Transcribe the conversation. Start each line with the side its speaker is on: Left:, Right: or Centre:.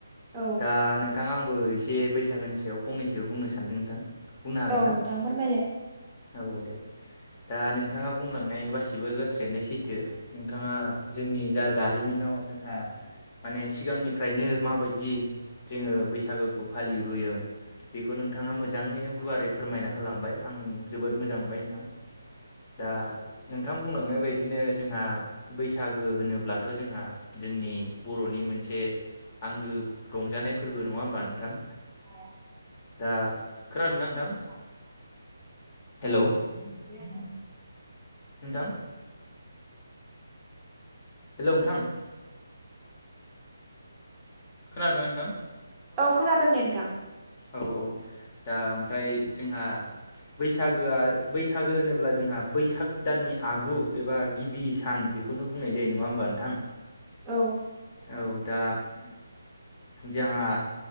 Right: औ।
Left: दा नोंथां आंबो एसे बैसागोनि सायाव फंनैसो बुंनो सानदों नोंथां। बुंनो हागोनना?
Right: औ नोंथां फोरमायलाय
Left: औ दे दा नोंथाङा बुंलांनाय गासिबो बाथ्रायानो सैथो थो नोंथाङा जोंनि जा जारिमिनाव जोंहा माने सिगांनिफ्रायनो माबायदि जोंङो बैसागोखौ फालिबोयो बेखौ नोंथाङा मोजाङैनो गुवारै फोरमायना होलांबाय आं जोबोद मोजां मोनबाय नोंथां। दा नोंथां बुंलांनाय बायदिनो जोंहा बैसागो होनोब्लाथ' जोंहा जोंनि बर'नि मोनसे आंगो रंजानाय फोरबो नङा होमबा नोंथां?
Right: माया?
Left: दा खोनादोंना नोंथां?
Right: <inaudible>
Left: हेल
Right: <unintelligible>
Left: नोंथां हेलौ नोंथां? खोनादोंना नोंथां?
Right: औ खोनादों दे नोंथां।
Left: औ औ दा ओमफ्रायो जोंहा बैसागोआ बैसागो होनोब्ला जोंहा बैसाग दाननि आगु एबा गिबि सान बेखौनो बुंनाय जायो नङा होमबा नों
Right: औ।
Left: औ दा जोंहा